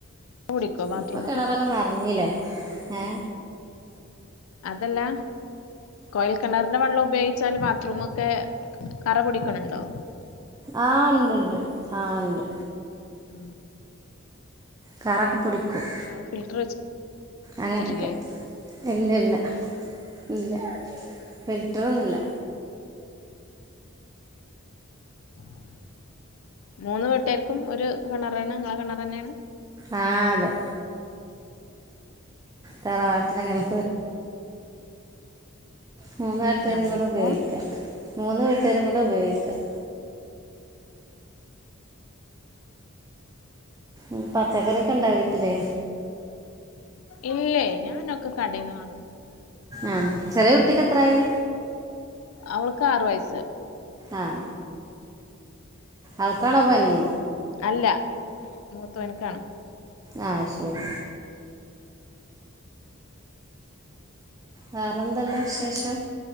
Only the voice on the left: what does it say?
പിടിക്കോ ബാത്റൂമൊക്കെ
അതല്ല കോയൽ കിണറിന്റെ വെള്ളം ഉപയോഗിച്ചാല് ബ ത്ത്റൂമൊക്കെ കറപുടിക്ക്ണണ്ടോ?
<inaudible>
അത് ഫിൽറ്റർ വെച്ചിട്ടില്ലേ
<unintelligible> മൂന്ന് വീട്ടേർക്കും ഒരു കിണറാണ് നിങ്ങളെ കിണറെന്നെണ്?
ഞങ്ങൾക്കും
ഇല്ലേ ഞാനൊക്കെ കടെന്നവാ
അവൾക്കാറുവയസ്സ്
അല്ല മൂത്തവൻക്കാണ്.